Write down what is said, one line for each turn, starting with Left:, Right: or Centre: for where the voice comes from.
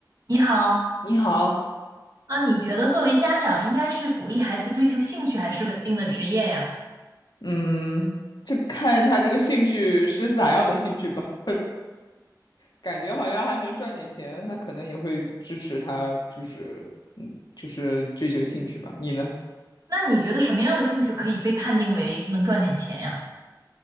Right: 你好，
Left: 你好，
Right: 啊，你觉得作为家长应该是鼓励孩子追求兴趣还是稳定的职业呀？
Left: 嗯，这看他这个兴趣是咋样的兴趣吧，感觉好像还能赚点钱，那可能也会支持他，就是嗯，就是追求兴趣吧。你呢？
Right: 那你觉得什么样的兴趣可以被判定为能赚点钱呀？